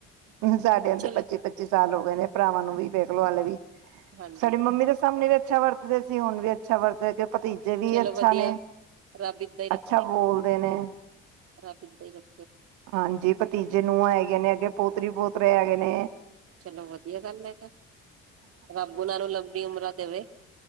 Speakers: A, on the right; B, on the right.
A: ਸਾਡੇ ਤੇ
B: ਚਲੋ
A: ਪੱਚੀ-ਪੱਚੀ ਸਾਲ ਹੋ ਗਏ ਨੇ ਭਰਾਵਾਂ ਨੂੰ ਵੀ। ਵੇਖਲੋ ਆਲੇ ਵੀ
B: ਹਾਂਜੀ
A: ਸਾਡੀ ਮੰਮੀ ਦੇ ਸਾਮਣੇ ਵੀ ਅ ਅੱਛਾ ਵਰਤਦੇ ਸੀ ਹੁਣ ਵੀ ਅੱਛਾ ਵਰਤੇ ਗੇ। ਭਤੀਜੇ ਵੀ
B: ਚਲੋ
A: ਅੱਛਾ
B: ਵਧੀਆ
A: ਨੇ
B: ਰੱਬ ਏਦਾਂ ਹੀ ਰੱਖੇ
A: ਅੱਛਾ ਬੋਲਦੇ ਨੇ।
B: ਰੱਬ ਇਦਾਂ ਹੀ ਰ
A: ਹਾਂਜੀ ਭਤੀਜੇ ਨੂੰਆ ਹੈਗੀਆਂ ਨੇ ਅੱਗੇ ਪੁਤਰੀ ਪੋਤਰੇ ਹੈਗੇ ਨੇ
B: ਚਲੋ ਵਧੀਆ ਗੱਲ ਹੈ ਤਾਂ ਰੱਬ ਉਹਨਾਂ ਨੂੰ ਲੰਬੀ ਉਮਰਾਂ ਦੇਵੇ